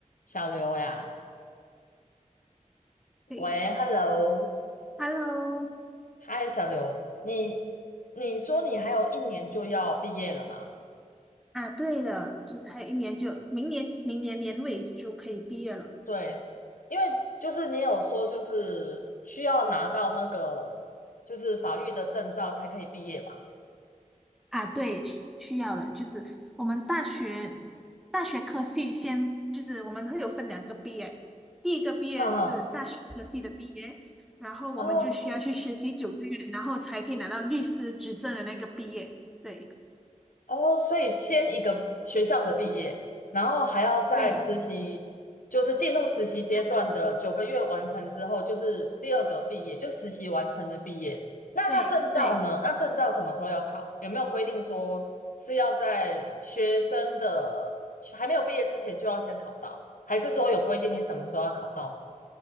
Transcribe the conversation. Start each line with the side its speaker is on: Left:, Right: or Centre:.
Left: 小刘呀，
Centre: 对
Left: 喂，Hello，
Centre: ，Hello，
Left: 嗨，小刘，你你说你还有一年就要毕业了吗？
Centre: 啊，对了，就是还有一年就明年，明年年尾就可以毕业了
Left: 对，因为就是你有说就是需要拿到那个就是法律的证照才可以毕业吧？
Centre: 啊。对，需要了，就是我们大学大学科系先就是我们会有分两个毕业，第一个毕业是大学科系的毕业，
Left: 哈哈，
Centre: 然后我们就需要去实习九个月，
Left: 啊，
Centre: 然后才可以拿到律师执证的那个毕业。对，
Left: 哦，所以先一个学校的毕业，然后还要在实习，
Centre: 对，
Left: 就是进入实习阶段的九个月完成之后，
Centre: 就对
Left: 就是第二个毕业，就实习完成的毕业。那那证照呢？
Centre: 对对。
Left: 那证照什么时候要考？有没有规定说是要在学生的还没有毕业之前就要先考到，还是说有规定你什么时候要考到？